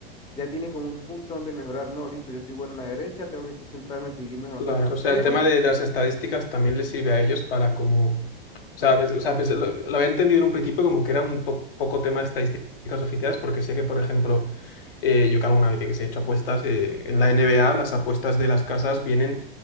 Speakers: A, on the left; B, on the left.
A: ya tiene como un punto donde mejorar. No, listo, yo soy bueno en la derecha, tengo que centrarme en seguir mejorando
B: Claro,
A: acá.
B: o sea,
A: Pero
B: el tema de, de las estadísticas también les sirve a ellos para como, o sea, ves- o sea, pues, lo, lo había entendido en un principio como que era un po- poco tema de estadísticas oficiales, porque sé que, por ejemplo, Eh, yo que alguna vez, yo que sé, he hecho apuestas. eh, en la NBA, las apuestas de las casas vienen